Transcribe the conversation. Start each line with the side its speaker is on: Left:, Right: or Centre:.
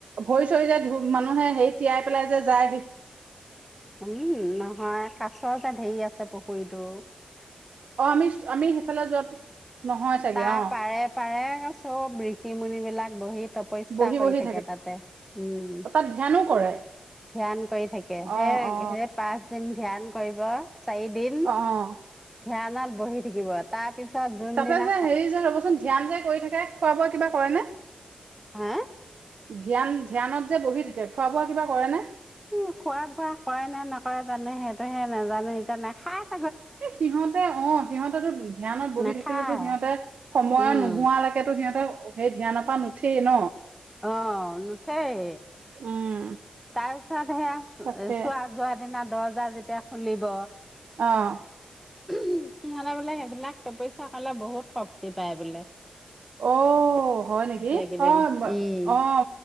Right: ভৰি চৰি যে ধু মানুহে সেই টিয়াই পেলাই যে যায়
Centre: উম নহয় কাছ যে তাত ধেৰি আছে আছে পুখুৰীতটো
Right: অঁ আমি আমি সেইফালে যোৱাতো নহয় চাগে
Centre: তাৰ
Right: অ
Centre: পাৰে পাৰে চব ঋষি মুুনিবলাক বহি তপস্যা
Right: বহি
Centre: কৰি
Right: বহি
Centre: থাকে তাতে উম
Right: অ তাত ধ্যানো কৰে
Centre: ধ্যান কৰি থাকে সেই
Right: অ অ
Centre: সেই পাচদিন ধ্যান কৰিব চাৰদিন
Right: অ অ
Centre: ধ্যানাত বহি থাকিব তাৰপিছত জোনদিনা
Right: তাতে যে হেৰি যে ৰ'বচোন ধ্যান যে কৰি থাকে খোৱা বোৱা কিবা কৰে ন
Centre: হাঁ
Right: ধ্যান ধ্যানত যে বহি থাকে খোৱা বোৱা কিবা কৰে নে
Centre: উম খোৱা বোৱা কৰে নে নকৰে জানো সেইটোহে নাজানো ইতিয়া নাই খাই
Right: এ সিহঁতে অ সিহঁতেতটো ধ্যানত বহি
Centre: নাখায়
Right: থাকিলেতো সিহঁতে সময়
Centre: উম,
Right: নোহোৱালৈকেতো সিহঁতে সেই ধ্যান নপা নুঠেই ন
Centre: অঁ নুঠেই
Right: উম।
Centre: তাৰ পিছত সেয়া
Right: তাকে
Centre: চোৱা যোৱা দিনত দহ হজাৰ যেতিয়া খুলিব
Right: অ',
Centre: উম ', সিহঁতে বোলে সেইবিলাক তপইচা কলে বহুত শক্তি পায় বোলে।
Right: অ', হয় নেকি
Centre: সেইকেইদিন
Right: অ',
Centre: উম
Right: - অ',